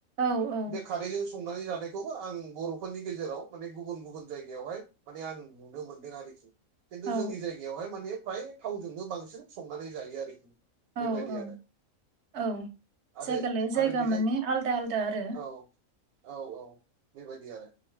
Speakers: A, on the right; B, on the right.
A: औ औ।
B: बे खारैजों संनानै जानायखौबो आं बर'फोरनि गेजेराव माने गुबुन गुबुन जायगायावहाय माने आं नुनो मोनदों आरोखि। खिन्थु
A: औ
B: जोंनि जायगायावहाय माने फ्राय थावजोंनो बांसिन संनानै जायो आरोखि
A: औ
B: बेबायदि
A: औ
B: आरो।
A: औ
B: आरो
A: जायगा लायै जायगा
B: आरो बेजों
A: माने आलदा आलदा आरो
B: औ। औ औ बेबायदि आरो।